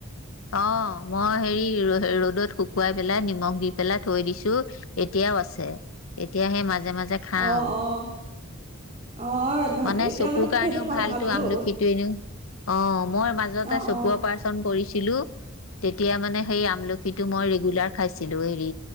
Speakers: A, on the left (about 75°); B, on the right (about 30°).
A: অ' মই হেৰি ৰ। ৰ'দত শুকুৱাই পেলাই নিমখ দি পেলাই থৈ দিছো এতিয়াও আছে এতিয়া হেই মাজে। মাজে মাজে খাওঁ
B: অ অ অ ভাল
A: মানে
B: এতিয়া
A: চকুৰ কাৰণেও
B: সেইটো খোৱাটো
A: ভালতো
B: ভালো
A: আমলখিটো
B: বহুত
A: এনেও অ মই মাজতে
B: অ
A: চকুৰ।
B: অ
A: কৰিছে। ছিলো তেতি। তেতিয়া মানে সেই আমলখিটো মই ৰেগুলাৰ। খাইছিলো হেৰি